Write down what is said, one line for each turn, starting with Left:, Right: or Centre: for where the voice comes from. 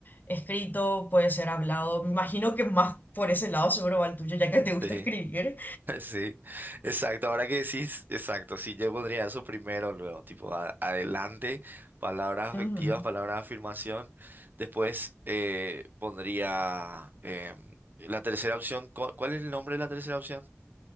Left: escrito, puede ser hablado. Me imagino que más por ese lado seguro va el tuyo, ya que te gusta
Right: Sí,
Left: escribir.
Right: <laughs> sí, exacto. Ahora que decís, exacto, sí, yo pondría eso primero, luego, tipo, a- adelante, palabras
Left: Ujú.
Right: afectivas, palabras de afirmación. Después eh, pondría em, la tercera opción. ¿cu- ¿Cuál es el nombre de la tercera opción?